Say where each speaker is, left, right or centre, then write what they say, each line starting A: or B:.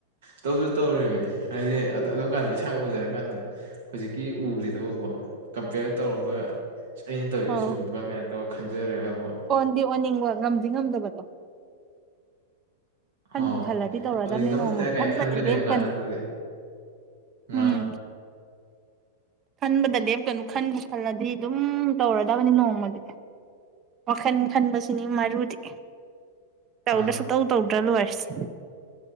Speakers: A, on the right (about 75°); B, on the right (about 30°).
A: ꯇꯧꯁꯨ ꯇꯧꯔꯤꯕꯅꯦ ꯍꯥꯏꯗꯤ ꯑꯗꯨ ꯀꯥꯟꯗ ꯏꯁꯥ ꯎꯖꯔꯀꯥꯟꯗ ꯍꯧꯖꯤꯛꯀꯤ ꯎꯕ꯭ꯔꯤꯗꯣꯀꯣ ꯀꯝꯄꯤꯌꯔ ꯇꯧꯔꯒ ꯑꯩꯅ ꯇꯧꯔꯤꯁꯤ
B: ꯑꯧ
A: ꯆꯨꯝꯃꯤꯄꯥ ꯀꯥꯏ ꯇꯧꯔ ꯈꯟꯖꯔ ꯍꯥꯏꯕꯣ
B: ꯑꯣꯟꯗꯤ ꯑꯣꯟꯅꯤꯡꯕ ꯉꯝꯗꯤ ꯉꯝꯗꯕꯗꯣ ꯈꯟꯕꯨ
A: ꯍꯥꯎ
B: ꯈꯜꯂꯗꯤ ꯇꯧꯔꯗꯝꯕꯅꯤ
A: ꯑꯗꯨꯗꯤ ꯉꯝꯅꯤꯗ
B: ꯅꯣꯡꯃ
A: ꯀꯥꯏ
B: ꯈꯟꯕꯗꯤ
A: ꯈꯟꯗꯣꯏꯅꯦꯕ
B: ꯂꯦꯞꯀꯅꯣ
A: ꯉꯥꯛꯇꯪꯗꯨꯗꯤ ꯃꯥ
B: ꯎꯝ ꯈꯟꯕꯗ ꯂꯦꯞꯀꯅꯨ ꯈꯟꯕ ꯈꯜꯂꯗꯤ ꯑꯗꯨꯝ ꯇꯧꯔꯗꯕꯅꯤ ꯅꯣꯡꯃꯗꯤ ꯋꯥꯈꯜ ꯈꯟꯕꯁꯤꯅꯤ ꯃꯔꯨꯗꯤ ꯇꯧꯗ
A: ꯃꯥ
B: ꯁꯨꯛꯇꯧ ꯇꯧꯗ꯭ꯔ ꯂꯣꯏꯔꯁꯤ